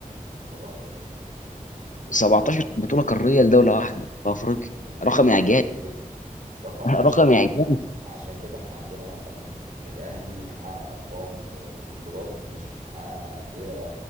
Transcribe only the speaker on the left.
17 بطوله قاريه لدوله واحده في افريقيا
رقم اعجاز
<laughs>
رقم
اعجاز